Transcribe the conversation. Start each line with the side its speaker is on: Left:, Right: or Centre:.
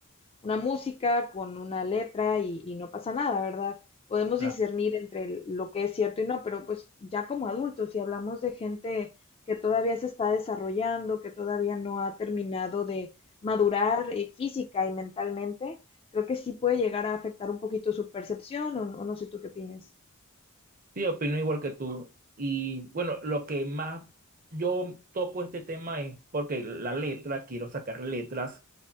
Left: una música con una letra y, y no pasa nada, ¿verdad? Podemos
Right: Claro,
Left: discernir entre el- lo que es cierto y no, pero pues ya como adultos, si hablamos de gente que todavía se está desarrollando, que todavía no ha terminado de madurar eh, física y mentalmente, creo que sí puede llegar a afectar un poquito su percepción, o, o no sé tú qué opinas.
Right: Sí, opino igual que tú. Y bueno, lo que más yo toco este tema es porque la letra, quiero sacar letras